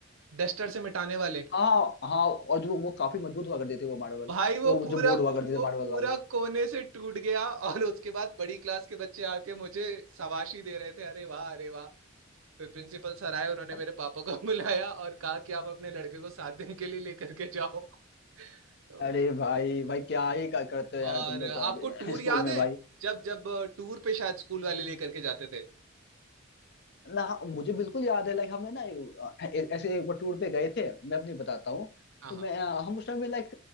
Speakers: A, on the right (about 75°); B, on the left (about 55°).
A: डस्टर से मिटाने वाले
B: हाँ हाँ और जो वो काफी मजबूत हुआ करते थे वो मार्बल
A: भाई वो
B: वो
A: पूरा
B: जो बोर्ड हुआ करते थे
A: वो
B: मार्बल
A: पूरा
B: वाले
A: कोने से टूट गया और उसके बाद बड़ी क्लास के बच्चे आके मुझे शाबाशी दे रहे थे अरे वाह अरे वाह फिर प्रिंसिपल सर आए उन्होंने
B: अब-
A: मेरे पापा को <laughs> बुलाया और कहा कि आप अपने लड़के को सात दिन के लिए लेकर के जाओ तो,
B: अरे भाई भाई क्या ही कर- करते हो यार
A: और
B: तुम लोग
A: आपको
B: कॉलेज
A: टूर
B: <laughs>
A: याद
B: स्कूल में
A: है
B: भाई
A: जब जब टूर पे शायद स्कूल वाले लेकर के जाते थे
B: ना मुझे बिल्कुल याद है लाइक हमें ना ए- ऐसे एक बार टूर पे गए थे मैं अपनी बताता हूँ
A: हाँ
B: तो
A: हाँ
B: मैं अ, हम उस टाइम में लाइक